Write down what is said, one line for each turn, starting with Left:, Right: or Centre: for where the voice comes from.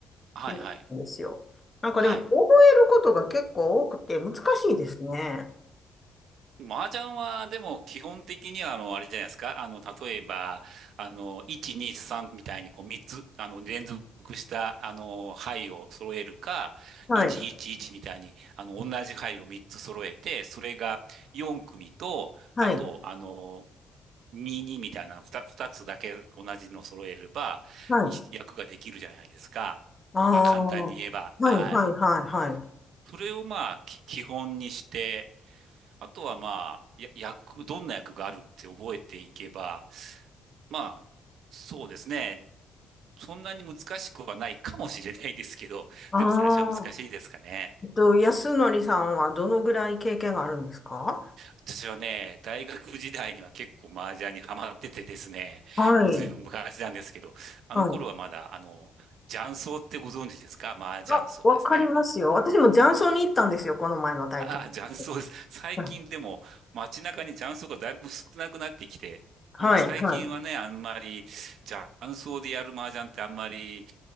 Right: はい、
Left: やるんですよ。
Right: はい、
Left: なんかでも、
Right: はい。
Left: 覚えることが結構多くて難しいですね。
Right: 麻雀は、でも、基本的には、あの、あれじゃないですか。あの、例えば、あの、1、2、3みたいに、こう、3つ、あの、連続した、あの、牌を揃えるか、
Left: はい、
Right: 1、1、1みたいに、あの、同じ牌を3つ揃えて、それが4組と、
Left: はい、
Right: あと、あの、2、2みたいな2、二つだけ同じの揃えれば、
Left: はい。
Right: い役ができるじゃないですか。
Left: ああ、
Right: まあ、簡単に言えば、
Left: はい、はい、
Right: はい。
Left: はい、はい。
Right: それを、まあ、き基本にして、あとはまあ、や役、どんな役があるって覚えていけば、まあ、そうですね。そんなに難しくはないかもしれないですけど、
Left: ああ、
Right: でも最初は難しいですかね。
Left: えっと、安則さんはどのぐらい経験があるんですか
Right: 私はね、大学時代には結構麻雀にハマっててですね、
Left: はい。
Right: もうずいぶん昔なんですけど、あの頃はまだ、
Left: はい。
Right: あの、雀荘ってご存知ですか麻雀荘ですね。
Left: あ、わかりますよ。私も雀荘に行ったんですよ、この前の体験。
Right: ああ、雀荘です。最近でも街中に雀荘がだいぶ少なくなってきて、
Left: <laughs> うんはい、
Right: もう最近はね、
Left: はい、
Right: あんまり雀荘でやる麻雀ってあんまり